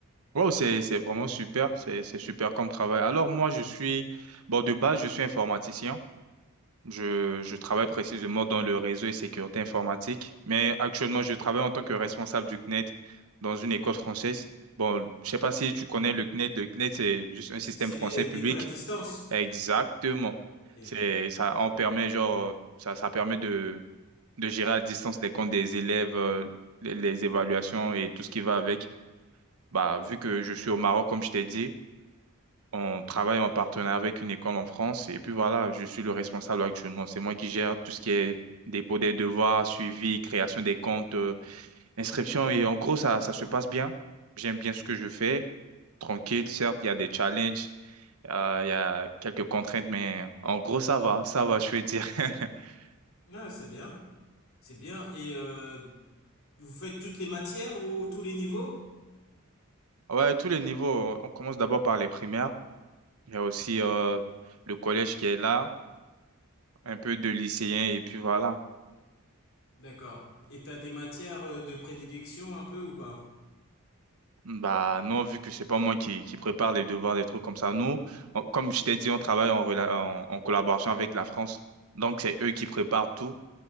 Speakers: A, on the right; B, on the left.
A: Wow, c'est, c'est vraiment super, c'est, c'est super comme travail. Alors moi, je suis, bon, de base, je suis informaticien. Je, je travaille précisément dans le réseau et sécurité informatique, mais actuellement, je travaille en tant que responsable du CNED dans une école française. Bon, je sais pas si tu connais le CNED. Le CNED, c'est juste un système
B: C'est
A: français
B: les-
A: public.
B: l'école à distance?
A: Exactement.
B: Ok.
A: C'est, ça en permet, genre, ça, ça permet de, de gérer à distance les comptes des élèves, euh, les, les évaluations et tout ce qui va avec. Bah, vu que je suis au Maroc, comme je t'ai dit, on travaille en partenariat avec une école en France et puis voilà, je suis le responsable actuellement. C'est moi qui gère tout ce qui est dépôt des devoirs, suivi, création des comptes, euh, inscription et en gros, ça, ça se passe bien. J'aime bien ce que je fais. Tranquille, certes, il y a des challenges, euh, il y a quelques contraintes, mais en gros, ça va, ça va, je veux dire. <laughs>
B: Ah, c'est bien, c'est bien. Et euh, vous faites toutes les matières ou tous les niveaux?
A: Ouais, tous les niveaux. On commence d'abord par les primaires. Il y a aussi euh, le collège qui est là, un peu de lycéens et puis voilà.
B: D'accord. Et t'as des matières euh, de prédilection un peu ou pas?
A: Bah non, vu que c'est pas moi qui, qui prépare les devoirs, des trucs comme ça. Nous, on- comme je t'ai dit, on travaille en, rela- en, en collaboration avec la France. Donc c'est eux qui préparent tout